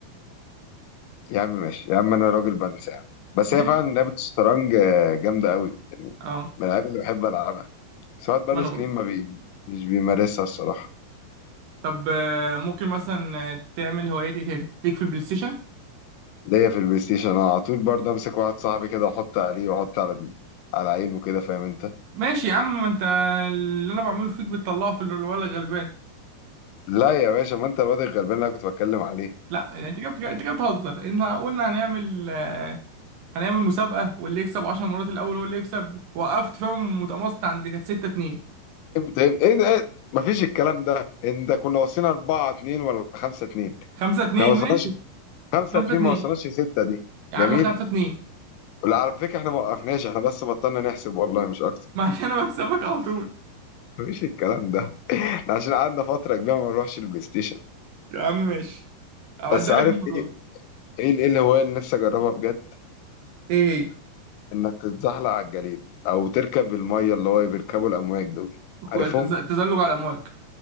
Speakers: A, on the left; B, on the right.
A: يا عم ماشي يا عم انا راجل بنسى يا عم بس
B: ماشي
A: هي فعلا لعبة الشطرنج آه، جامدة قوي
B: اه
A: من الالعاب اللي بحب العبها بس الواحد بقاله
B: وانا
A: سنين
B: برضه
A: ما بي... مش بيمارسها الصراحة
B: طب آه، ممكن مثلا آه، تعمل هوايات ايه تاني ليك في البلاي ستيشن
A: ليا في البلاي ستيشن انا على طول برضه امسك واحد صاحبي كده واحط عليه واحط على دي على عينه كده فاهم انت
B: ماشي يا عم ما انت اللي انا بعمله فيك بتطلعه في الولد الغلبان
A: لا يا باشا ما انت الواد الغلبان اللي انا كنت بتكلم عليه
B: لا يعني انت جبت انت جبت بتهزر انت قلنا هنعمل آه، هنعمل مسابقة واللي يكسب 10 مرات الاول هو اللي يكسب وقفت فيهم متماسك عند كانت 6 2
A: امتى ايه ده إيه؟ مفيش الكلام ده انت كنا وصلنا 4 2 ولا 5 2
B: 5 2
A: ما وصلناش
B: ماشي
A: 5
B: 5
A: 2
B: 2
A: ما وصلناش 6 دي
B: يا
A: جميل
B: عم 5 2
A: ولا على فكره احنا ما وقفناش احنا بس بطلنا نحسب والله مش اكتر
B: <laughs> ما عشان انا بكسبك على طول
A: مفيش الكلام ده احنا عشان قعدنا فتره كبيره ما نروحش البلاي ستيشن
B: يا عم ماشي اعدها
A: بس عارف
B: لك المرة
A: ايه
B: دي
A: ايه ايه الهوايه اللي نفسي اجربها بجد
B: ايه
A: انك تتزحلق على الجليد او تركب الميه اللي هو بيركبوا الامواج دول عارفهم
B: كو- التز- التزلج على الامواج